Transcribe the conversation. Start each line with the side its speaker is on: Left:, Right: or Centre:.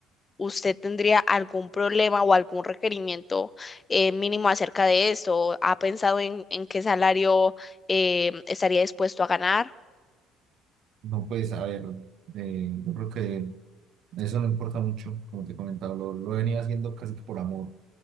Left: usted tendría algún problema o algún requerimiento eh, mínimo acerca de esto. ¿Ha pensado en, en qué salario em, estaría dispuesto a ganar?
Right: No, pues a ver, eh, yo creo que eso no importa mucho, como te comentaba, lo, lo venía haciendo casi que por amor